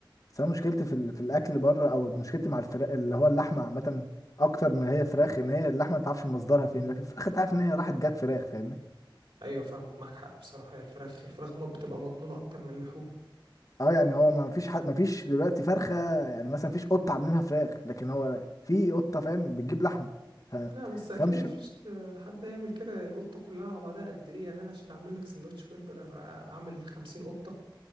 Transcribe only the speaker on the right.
ايوه فاهمك معاك حق بصراحة هي الفراخ الفراخ ما بتبقى مضمونة اكتر من اللحوم
لا بس اكيد
ما فيش آه، حد هيعمل كده القطة كلها على بعضها قد ايه يعني انا عشان اعمل لك سندوتش برجر آه، اعمل خمسين قطة